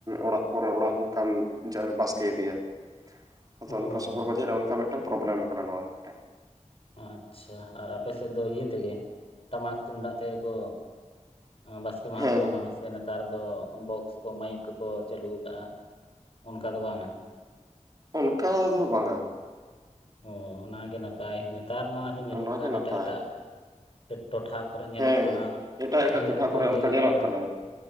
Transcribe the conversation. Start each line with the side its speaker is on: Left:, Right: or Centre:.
Right: ᱚᱲᱟᱜ ᱯᱚᱨᱮ ᱚᱲᱟᱜ ᱚᱱᱠᱟᱢ ᱵᱟᱥᱠᱮ ᱤᱫᱤᱭᱟ᱾ ᱟᱫᱚ
Left: ᱦᱳᱭ
Right: ᱚᱱᱠᱟ ᱥᱚᱦᱚᱨ ᱵᱟᱡᱟᱨ ᱨᱮ ᱚᱱᱠᱟ ᱢᱤᱫᱴᱟᱝ ᱯᱨᱚᱵᱞᱮᱢ ᱠᱟᱱᱟ, ᱱᱚᱣᱟ ᱢᱤᱫᱴᱟᱝ ᱾
Left: ᱟᱪᱪᱷᱟ ᱟᱨ ᱟᱯᱮ ᱥᱮᱫ ᱫᱚ ᱤᱭᱟᱹ ᱛᱮᱜᱮ, ᱴᱟᱢᱟᱠ ᱛᱩᱢᱫᱟᱜ ᱛᱮᱜᱮ ᱠᱚ ᱵᱟᱥᱠᱮ ᱢᱟᱦᱟᱸ
Right: ᱦᱮᱸ
Left: ᱠᱚ ᱢᱟᱱᱟᱣᱟ
Right: ᱦᱮᱸ ᱦᱮᱸ
Left: ᱥᱮ ᱱᱮᱛᱟᱨ ᱫᱚ ᱵᱚᱠᱥ ᱠᱚ ᱢᱟᱹᱭᱤᱠ ᱠᱚᱠᱚ ᱪᱟᱹᱞᱩᱣ ᱠᱟᱜᱼᱟ, ᱚᱱᱠᱟ ᱫᱚ ᱵᱟᱝᱟ᱾
Right: ᱚᱱᱠᱟ ᱫᱚ ᱵᱟᱝᱟ᱾
Left: ᱚ ᱚᱱᱟᱜᱮ ᱱᱟᱯᱟᱭ, ᱱᱮᱛᱟᱨ ᱢᱟ ᱟᱨᱦᱚᱸ ᱧᱮᱞᱚᱜ
Right: ᱚᱱᱟᱜᱮ
Left: ᱠᱟᱱ
Right: ᱱᱟᱯᱟᱭ
Left: ᱮᱴᱟᱜ ᱮᱴᱟᱜ ᱴᱚᱴᱷᱟ ᱠᱚᱨᱮ ᱧᱮᱞᱚᱜ
Right: ᱦᱮᱸ
Left: ᱠᱟᱱᱟ
Right: ᱮᱴᱟᱜ ᱮᱴᱟᱜ
Left: ᱢᱟᱹᱭᱤᱠ
Right: ᱴᱚᱴᱷᱟ
Left: ᱠᱚᱠᱚ
Right: ᱠᱚᱨᱮ
Left: ᱤᱭᱟᱹᱭᱮᱜᱼᱟ
Right: ᱚᱱᱠᱟ ᱧᱮᱞᱚᱜ ᱠᱟᱱᱟ